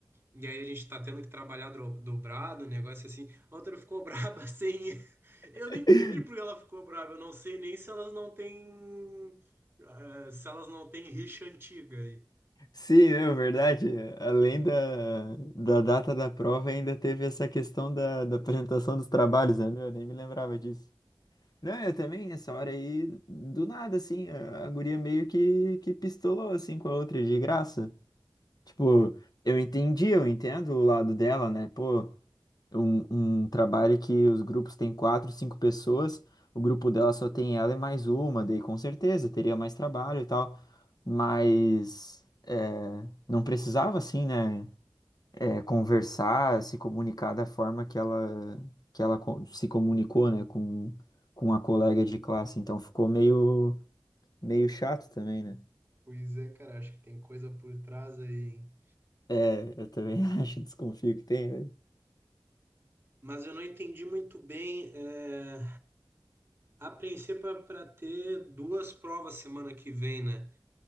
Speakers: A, on the right; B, on the left.
A: E aí a gente tá tendo que trabalhar dro- dobrado, um negócio assim. A outra ficou <laughs> braba assim. Eu
B: <laughs>
A: não entendi por que ela ficou braba. Eu não sei nem se elas não têm. eh, se elas não têm rixa antiga aí.
B: Sim, não, verdade. Além da, da data da prova, ainda teve essa questão da, da apresentação dos trabalhos, né? Meu, eu nem me lembrava disso. Não, eu também, nessa hora aí, do nada, assim, a, a guria meio que, que pistolou, assim, com a outra de graça. Tipo, eu entendi, eu entendo o lado dela, né? Pô, um, um trabalho que os grupos têm quatro, cinco pessoas, o grupo dela só tem ela e mais uma, daí com certeza teria mais trabalho e tal, mas é, não precisava assim, né, é, conversar, se comunicar da forma que ela, que ela co- se comunicou, né, com, com a colega de classe, então ficou meio, meio chato também, né?
A: Pois é, cara, acho que tem coisa por trás aí, hein?
B: É, eu também <laughs> acho, desconfio que tem.
A: Mas eu não entendi muito bem. eh, a princípio é para ter duas provas semana que vem, né?